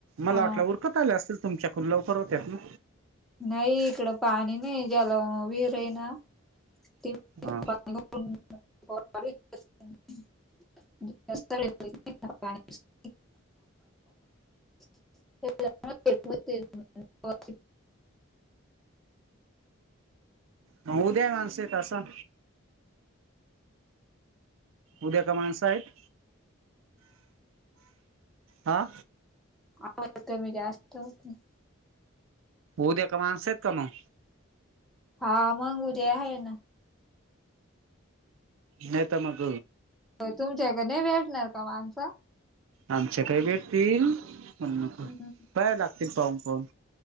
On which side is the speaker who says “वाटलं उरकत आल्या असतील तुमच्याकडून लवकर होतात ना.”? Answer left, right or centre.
Right